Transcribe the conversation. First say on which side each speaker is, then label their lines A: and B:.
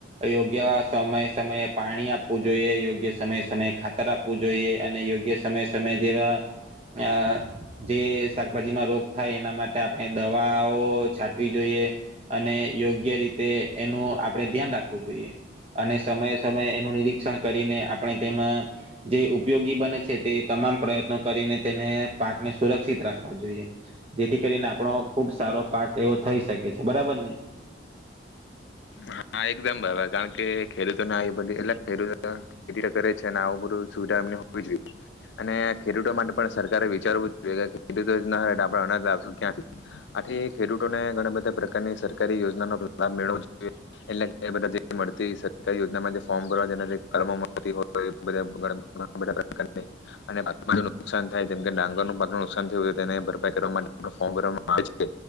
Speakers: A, on the right; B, on the left.
A: યોગ્ય સમય સમય પાણી આપવું જોઈએ યોગ્ય સમય સમય ખા તર આપવું જોઈએ અને યોગ્ય સમયે સમયે જેવા અહ જે શાકભાજીમાં રોગ થાય એના માટે આપણે દવાઓ છાંટવી જોઈએ અને યોગ્ય રીતે એનું આપણે ધ્યાન રાખવું જોઈએ. અને સમયે સમયે એનું નિરીક્ષણ કરીને આપણે તેમાં જે ઉપયોગી બને છે, તે તમામ પ્રયત્નો કરીને તેને પાકને સુરક્ષિત રાખવા જોઈએ. જેથી કરીને આપણો ખુબ સારો પાક એવો થઈ શકે છે બરાબર ને?
B: હા, એકદમ બાબ કારણ કે ખેડૂતોને આવી બધી એટલે ખેડૂતો ખે કરે છે આવું બધું સુવિધા એમને હોવી જોઈએ અને ખેડૂતો માટે પણ સરકારે વિચારવું જોયા કે ખેડૂતો ના ડાબા અનાજ લાવશું ક્યાંથી આથી ખેડૂતોને ઘણા બધા પ્રકારની સરકારી યોજના નો લાભ મેળવો જોઈએ. એટલે કે બધાં જે મળતી સરકારી યોજનામાં જે ફોર્મ ભરવામોતી હોય બધા <inaudible> છે અને પાક નો નુકાશાન થાય જેમ કે ડાંગર ન પાક નુકસાન થયુંય તો તેને ભરપાઈ કરવા માટે ફોભ ભરવા માં આવે છે